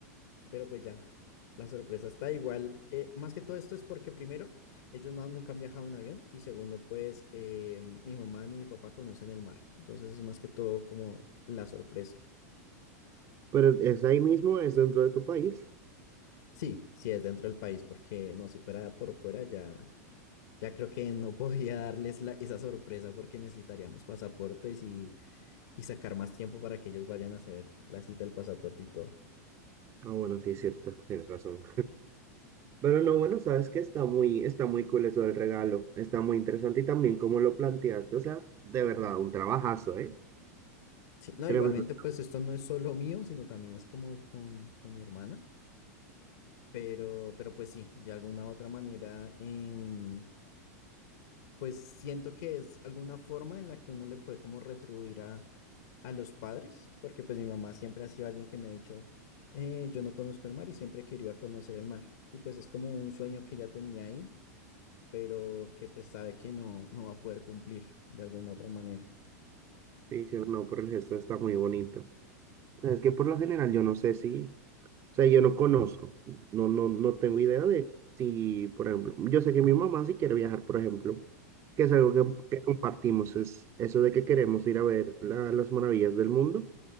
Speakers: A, on the left (about 70°); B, on the right (about 30°).
A: pero pues ya, la sorpresa está igual. eh, más que todo esto es porque primero, ellos no, nunca han viajado en avión y segundo, pues eh, mi mamá ni mi papá conocen el mar. Entonces es más que todo como la sorpresa.
B: pero es ahí mismo, es dentro de tu país.
A: Sí, sí es dentro del país, porque no, si fuera por fuera ya, ya creo que no <laughs> podía darles la- esa sorpresa porque necesitaríamos pasaportes y y sacar más tiempo para que ellos vayan a hacer la cita del pasaporte y todo.
B: Ah, bueno, sí, es cierto. Tienes razón. Pero no, bueno, sabes que está muy, está muy cool eso del regalo. Está muy interesante y también cómo lo planteaste. O sea, de verdad, un trabajazo, ¿eh?
A: Sí, no,
B: Tremendo.
A: igualmente, pues esto no es solo mío, sino también es como con, con mi hermana, pero, pero pues sí, de alguna u otra manera, em, pues siento que es alguna forma en la que uno le puede como retribuir a, a los padres, porque pues mi mamá siempre ha sido alguien que me ha dicho, "Eh, yo no conozco el mar y siempre quería conocer el mar, y pues es como un sueño que ya tenía ahí, pero que pues sabe que no, no va a poder cumplir de alguna otra manera.
B: Sí, sí, no, por el gesto está muy bonito. Es que por lo general yo no sé si, o sea, yo no conozco, no, no, no tengo idea de si, por ejemplo, yo sé que mi mamá sí quiere viajar, por ejemplo, que es algo que, que compartimos, es eso de que queremos ir a ver la- las maravillas del mundo.